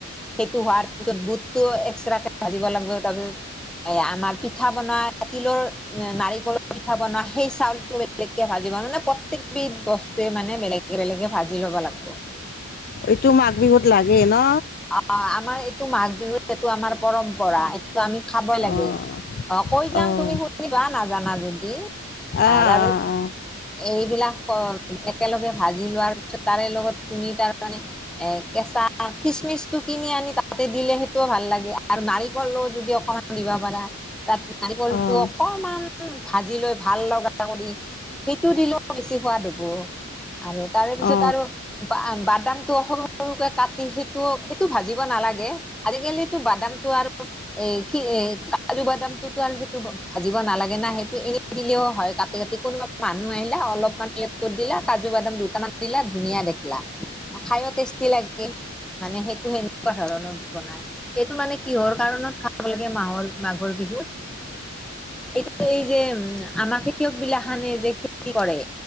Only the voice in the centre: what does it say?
সেইটো হোৱাৰ পিছত বুটটো এক্সট্ৰাকে ভাজিব লাগিব তাৰপিছত এ' আমাৰ পিঠা বনোৱা তিলৰ, নাৰিকলৰ পিঠা বনোৱা সেই চাউলটো- বেলেগকে ভাজিব মানে, প্ৰত্যেক বিধ বস্তুৱে মানে বেলেগে-বেলেগে ভাজি ল'ব লাগিব।
অঁ', আমাৰ এইটো মাঘ বিহুত এইটো আমাৰ পৰম্পৰা এইটো আমি খাব লাগে।
অঁ' কৈ যাম
তুমি শুনিবা নাজানা যদি,
আঁহ' তাৰপিছত- এইবিলাক একেলগে ভাজি লোৱাৰ পিছত তাৰে লগত তুমি তাৰ মানে- এ' কেঁচা খিচমিচটো কিনি আনি তা'তে দিলে সেইটোও ভাল লাগে, আৰু নাৰিকলৰ- যদি অকণমান দিব পাৰা তা'ত নাৰিকলটো
অকণমান- ভাজি লৈ ভাল লগা কৰি সেইটো দিলেও বেছি সোৱাদ হ'ব। আৰু- তাৰেপিছত
আৰু বাদামটো সৰু-সৰুকৈ কাটি সেইটো-সেইটো ভাজিব নালাগে। আজিকালিতো বাদামটো আৰু- এ' কি এ' কাজু বাদামটো তো আৰু সেইটো ভাজিব নালাগে না সেইটো এনেই দিলেও হয়। কিন্তু কোনোবা মানুহ আহিলে অলপমান কেলিপ্সটো দিলে কাজু বাদাম দুটামান দিলে ধুনীয়া দেখিলা। খাইও টেষ্টি লাগে। মানে সেইটো সেনেকুৱা ধৰণৰ বনাই। এইটো মানে কিহৰ কাৰণত খাই খাব লাগে মাহৰ-মাঘৰ বিহুত। এইটো এই যে উম' আমাৰ খেতিয়ক বিলাকখনে যে খেতি কৰে